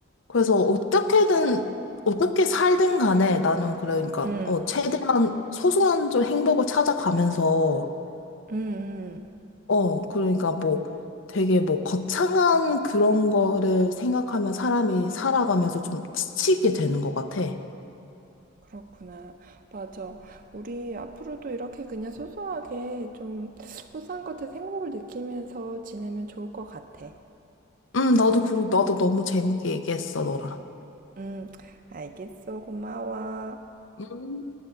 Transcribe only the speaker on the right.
응,
응, 응.
그렇구나. 맞아. 우리 앞으로도 이렇게 그냥 소소하게 좀 소소한 것들 행복을 느끼면서 지내면 좋을 것 같아.
응, 알겠어. 고마워.